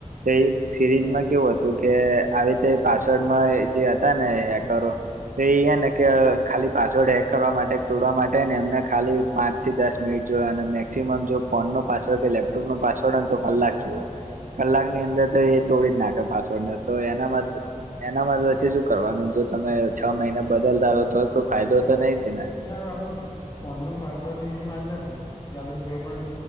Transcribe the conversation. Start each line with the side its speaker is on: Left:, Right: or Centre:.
Right: તે ઈ સિરીઝમાં
Left: બરાબર
Right: કેવું હતું કે આવી રીતે પાસવર્ડમાં જે હતા ને હેકરો તે ઈ હે ને કે અ ખાલી પાસવર્ડ હેક કરવા માટે તોડવા માટે એમને ખાલી પાંચ થી દસ મિનિટ જોવે અને મે મેક્સિમમ જો ફોનનો પાસવર્ડ કે લેપટોપનો પાસવર્ડને હોય ન તો કલાક જુએ કલાક ની અંદર તો એ તોડી જ નાખે પાસવર્ડને તો એનામાં એનામાં તો પછી શું કરવાનું જો તમે છ મહિના બદલતા રહો તો કોઈ ફાયદો તો નહીં જ ને
Left: ના આપડે ફોન નો પાસવર્ડ ને એની વાત નથી આપડે કોઈ પણ